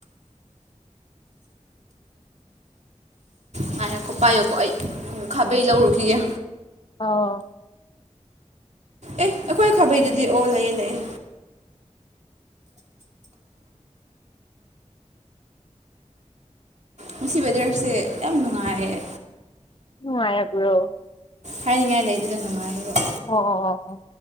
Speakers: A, on the right; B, on the left.
A: ꯉꯥꯏꯌꯣꯀꯣ ꯄꯥꯏꯌꯣꯀꯣ ꯑꯩ ꯈꯥꯕꯩ ꯂꯧꯔꯨꯈꯤꯒꯦ
B: ꯑꯥꯎ
A: ꯑꯦ ꯑꯩꯈꯣꯏ ꯈꯥꯕꯩꯗꯨꯗꯤ ꯑꯣ ꯂꯩꯌꯦ ꯂꯩꯌꯦ ꯃꯁꯤ ꯋꯦꯗꯔꯁꯦ ꯌꯥꯝ ꯅꯨꯡꯉꯥꯏꯌꯦ
B: ꯑ ꯍꯥꯏꯕ꯭ꯔꯣ
A: ꯍꯥꯏꯅꯤꯡꯉꯥꯏ ꯂꯩꯗꯨꯅ ꯅꯨꯡꯉꯥꯏꯔꯣ
B: ꯑꯣ ꯑꯣ ꯑꯣ